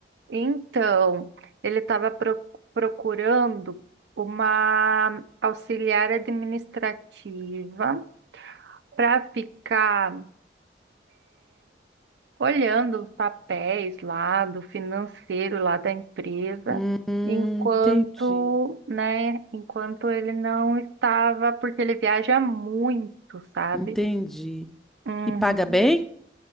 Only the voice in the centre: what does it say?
Hum,
entendi.
Entendi.
E paga bem?